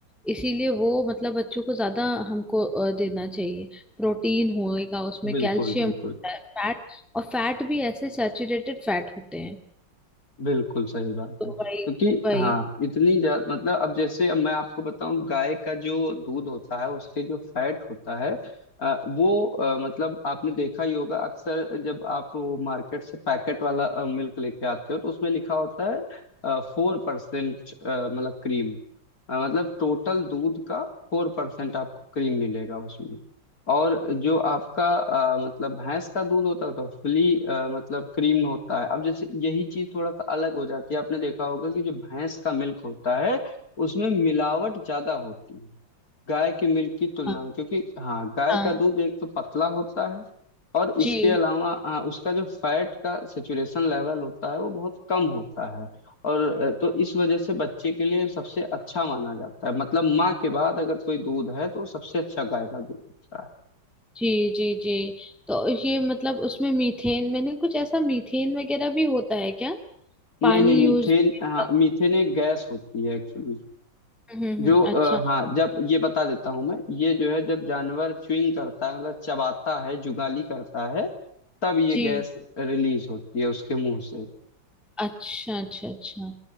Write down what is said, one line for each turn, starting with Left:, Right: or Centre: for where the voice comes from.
Centre: इसीलिए वो मतलब बच्चों को ज्यादा हमको अ, देना चाहिए प्रोटीन होएगा उसमें
Left: बिल्कुल
Centre: कैल्शियम
Left: बिल्कुल
Centre: होता है फैट और फैट भी ऐसे सैचुरेटेड फैट होते हैं
Left: बिल्कुल सही बात
Centre: तो
Left: है क्योंकि
Centre: वही वही
Left: हाँ इतनी ज्यादा मतलब अब जैसे अब मैं आपको बताऊं गाय का जो दूध होता है उसके जो फैट होता है अ, वो अ, मतलब आपने देखा ही होगा अक्सर जब आप वो मार्केट से पैकेट वाला मिल्क लेके आते हो तो उसमें लिखा होता है फोर परसेंट मतलब क्रीम मतलब टोटल दूध का फोर परसेंट आपको क्रीम मिलेगा उसमें और जो आपका अ, मतलब भैंस का दूध होता है तो फुली अ, मतलब क्रीम होता है अब जैसे यही चीज थोड़ा सा अलग हो जाती है आपने देखा होगा कि जो भैंस का मिल्क होता है उसमें मिलावट ज्यादा होती है गाय के मिल्क की तुलना
Centre: हाँ
Left: में क्योंकि हाँ गाय
Centre: हाँ
Left: का दूध एक तो पतला होता है और
Centre: जी
Left: इसके अलावा हाँ, उसका जो फैट का सेचुरेशन लेवल होता है वो बहुत कम होता है और अ, तो इस वजह से बच्चे के लिए सबसे अच्छा माना जाता है मतलब माँ के बाद अगर कोई दूध है तो वो सबसे अच्छा गाय का दूध होता है
Centre: जी जी जी तो ये मतलब उसमें मीथेन मैंने कुछ ऐसा मीथेन वगैरह भी होता है क्या
Left: नहीं
Centre: पानी
Left: नहीं मीथेन
Centre: यूज <laughs>
Left: हाँ
Centre: हम्म
Left: मीथेन एक गैस होती है एक्चुअली
Centre: हम्म
Left: जो
Centre: हम्म,
Left: अ,
Centre: अच्छा
Left: हाँ जब ये बता देता हूँ मैं ये जो है जब जानवर च्युइंग करता है मतलब चबाता है जुगाली करता है तब ये
Centre: जी
Left: गैस रिलीज होती है उसके मुंह से
Centre: अच्छा अच्छा अच्छा